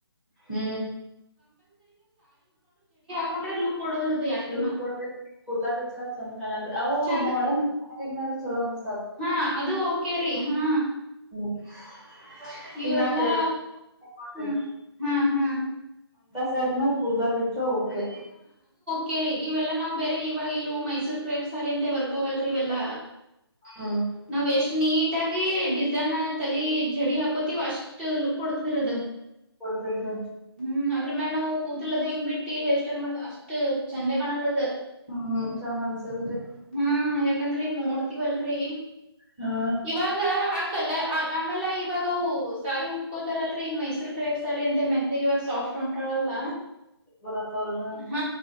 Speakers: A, in the centre; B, on the right (about 25°).
A: ಹ್ಮ್
B: ಕೊಂಡ್ರೆ ಲುಕ್ ಕೊಡೋದ್ರದು ಯಾಕೆನೋ.
A: ಲುಕ್ ಕೊಡ ಕೂದಲಾ ಬಿಟ್ರ ಚಂದ್ ಕಣಲ್ ಅವು
B: ಚಂದ್
A: ಮಾಡನ್ ಈಗ ಮೇಲೆ ಚಲೋ ಅ
B: ಹಾ ಅದು ಓಕೆರಿ ಹಾ
A: <unintelligible>
B: ಇವೆಲ್ಲಾ
A: ಈಗ ನಾ ಫೇರ್ ನೋಡ್ರಿ
B: ಹ್ಮ ಹಾ ಹಾ
A: ಸರ್ಮೇಲೆ ಕೂದಲಾ ಬಿಟ್ಟು ಓಕೆ
B: ಕೇರಿ ಇವೆಲ್ಲ ನಾವು ಬೇರೆ ಇವಾಗ ಇಲ್ಲಿವು ಮೈಸೂರ್ ೇಪ್ ಸಾರಿ ಅಂತೆ ಬರ್ತವಲ್ರಿ ಇವೆಲ್ಲ
A: ಹ್ಮ್
B: ನಾವ್ ಎಷ್ಟ್ ನೀಟ್ಗ ೀ ಡಿಸೈನ್ ತಲಿ ಜಡಿ ಹಾಕೋತೀವ ಅಷ್ಟ್ ಲುಕ್ ಕೊಡ್ತರದ
A: ತತ್ರ
B: ಹ್ಮ್ ಅದ್ರ ಮ್ಯ ನಾವು ಕೂದಲದ್ ಹೆಂಗ್ ಬಿಟ್ಟಿ ಎಷ್ಟ್ ಮಾಡ ಅಷ್ಟು ಚಂದೆ ಕಾಣಲ್ಲದ
A: ಹ್ಮ್ ಚಂದ ಅನ್ಸಲ್ರಿ
B: ಹಾ ಯಾಕಂದ್ರೆ ಈಗ ನೋಡ್ ವಲ್ರಿೀ
A: ಹಾ
B: ಇವಾಗ ಆ ಕಲ್ಲ ಅ ಆಮೇಲೆ ಇವಾಗವು ಸಾರಿ ಉಟ್ಕೋತಾರಲ್ಲರಿೀ ಈಗ ಮೈೂರು ಕ ರೇಬ್ ಸಾರಿ ಅಂತೆ ಮತ್ತ ಇವಾಗ ಸಾಫ್ಟ್ ಹೊಂಟವಅಲ್ಲ
A: ಬರತ್ತವಲ್ರ
B: ಹ